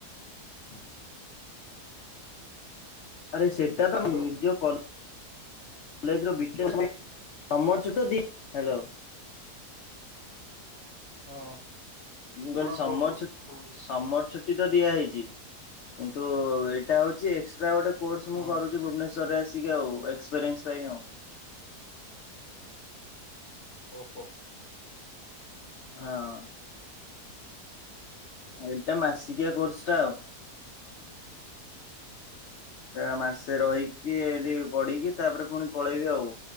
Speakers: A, on the left; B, on the left.
A: <unintelligible> ଆରେ ସେଟା ତ
B: ହ୍ୟାଲୋ
A: ନିଜ କ କଲେଜ ର ବି ଟେକ <unintelligible> ହାଲୋ।
B: ହଁ।
A: ମୁଁ କହିଲି
B: ହଁ
A: ସମର
B: କୁହ କୁହ
A: ଛୁ
B: ଶୁଭୁଛି
A: ସମର ଛୁ ଛୁଟି ତ ଦିଆ ହେଇଛି କିନ୍ତୁ ଏଇଟା ହଉଛି ଏକ୍ସଟ୍ରା ଗୋଟେ କୋର୍ସ
B: ହଁ
A: ମୁଁ କରୁଚି ଭୁବନେଶ୍ଵର ରେ ଆସିକି ଆଉ ଏକ୍ସପିରିଏନ୍ସ ପାଇଁ ଆଉ।
B: ଓ ହୋ।
A: ହଁ ଏଇଟା ମାସିକିଆ କୋର୍ସ ଟା ଆଉ। ଏ ମାସେ ରହିକି ଏଠି ପଢିକି ତାପରେ ପୁଣି ପଳେଇବି ଆଉ।